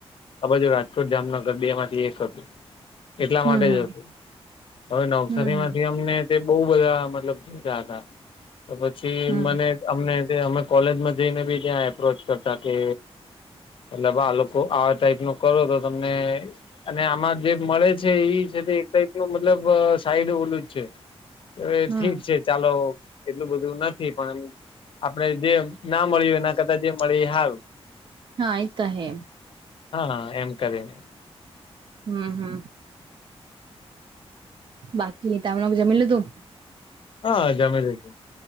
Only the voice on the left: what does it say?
આ બાજુ રાજકોટ જામનગર બે માંથી એક હતું. એટલા
માટે
જ હશે હવે નવસારીમાંથી
અમને તે બોવ બધા મતલબ હતા તો પછી
મને અમને અમે કોલેજમાં જઈને બી ત્યાં એપ્રોચ કરતા કે એટલે આ લોકો આવા ટાઈપ નો કરો તો તમને અને આમાં જે મળે છે એ છે એક ટાઈપનું મતલબ સાઈડ ઓલું જ છે. હવે
ઠીક છે ચાલો એટલું બધું નથી પણ એ આપણે જે ના મળ્યું હોય એ ના કરતા જે મળી હાર
હા એમ કરીન.
હા જમી લીધું